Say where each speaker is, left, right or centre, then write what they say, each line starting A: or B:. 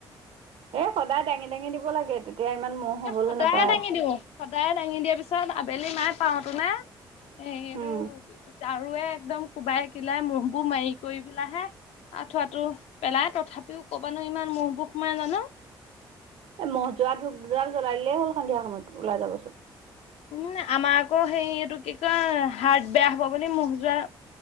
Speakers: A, on the right (about 55°); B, on the left (about 65°).
A: এ সদায় দাঙি দাঙি দিব লাগে তেতিয়া ইমান মহ' হবলৈ
B: এ সদায়
A: নাপায়
B: দাঙি দিওঁ সদায় দাঙি দিয়া পিছত আবেলি মাই পাওতো নে এ সেইটো
A: উম
B: যাৰুৱে একদম কোবাই কিলাই মহবোৰ মাৰি কৰি পেলাইহে আঁঠুৱাটো পেলাই তথাপিও কৰ পা নো ইমান মহবোৰ হোমাই জানো
A: এ মহ যোৱা ধূপ দুডাল জ্বলাই দিলেই হ'ল সন্ধিয়া সময়তো ওলাই যাব চব
B: উম আমাৰ আকৌ হে এইটো কি কয় হাৰ্ট বেয়া হব বুলি মহ যোৱা